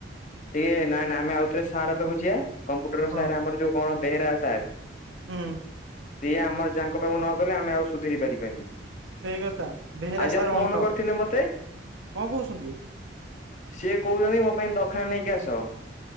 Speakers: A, on the left; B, on the right.
A: ଟିକେ ନା ନା ଆମେ ଆଉ ଥରେ ସାର୍ ଙ୍କ ପାଖକୁ ଜିବା। କମ୍ପୁଟର
B: ହଁ
A: ସାର୍ ଆମର ଯୋଉ କଣ ବେହେରା ସାର୍।
B: ହୁଁ।
A: ସିଏ ଆମର ଯାହାଙ୍କ ପାଖକୁ ନ ଗଲେ ଆମେ ଆଉ ସୁଧୁରି ପାରିବାନି।
B: ସେଇ କଥା ବେହେରା
A: ଆଜି
B: ସାର୍
A: ଆଉ ଫୋନ
B: ଅଣ୍ଟ
A: କରିଥିଲେ
B: କଣ
A: ମତେ
B: କୋହୁଚନ୍ତି?
A: ସିଏ କୋହୁଚନ୍ତି ମୋ ପାଇଁ ଦକ୍ଷିଣା ନେଇକି ଆସ।